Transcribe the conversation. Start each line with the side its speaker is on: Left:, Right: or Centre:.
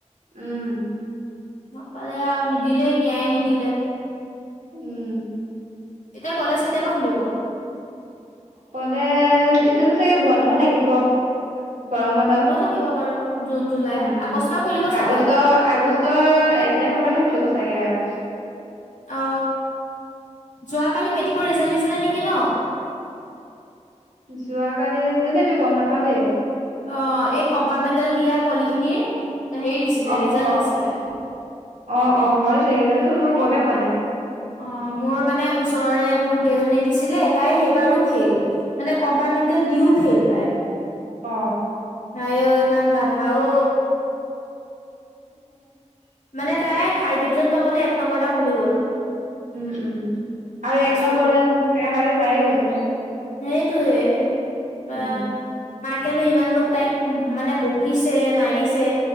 Right: উম।
Left: নাপালে আৰু নিদিলেই ন্যায় নিদিলে।
Right: উম।
Left: এতিয়া কলেজ কেইতিয়াপা খুলিব?
Right: কলেজ এতিয়াতো চাগে বন্ধ থাকিব। গৰম বন্ধ
Left: থাকিব বাৰু জুন জুলাই
Right: উম
Left: আগষ্টৰ পৰা খুলিব চাগে
Right: আগষ্ট আগষ্টৰ তেহৰ পৰাহে সুধিব চাগে আৰু।
Left: অ। যোৱাকালি মেট্ৰিকৰ ৰিজাল্ট দিছিলে নেকি ন?
Right: যোৱাকালি যোনে এইটো গম নাপাওঁ দেই।
Left: অ এই কম্পাৰমেটেল দিয়া পোৱালিখিনি হেৰি দিছিলে
Right: অ
Left: ৰিজাল্ট
Right: অ
Left: দিছিলে।
Right: অ অ হয় চাগজো মই গমেই পোৱা নাই।
Left: অ মোৰ মানে ওচৰৰেৰে ভন্টি এজননে দিছিলে তাই সেই বাৰু ফেইল মানে কম্পাৰ্টমেণ্টত দিওঁ ফেল
Right: অ
Left: আঐ ইমান গাধা অ
Right: আ <unintelligible>
Left: মানে তাই থাৰ্ড ডিভিজন পাবলৈ এক নম্বৰ এটা কমি গ'ল
Right: উম উম আৰু
Left: পাছ
Right: এক নম্বৰ এটা যে লিখা হয় পায়ে গ'লি হয়
Left: সেইটোয়ে
Right: উম
Left: বা মাকেনো ইমাননো তাইক মানে বকিছে মাৰিছে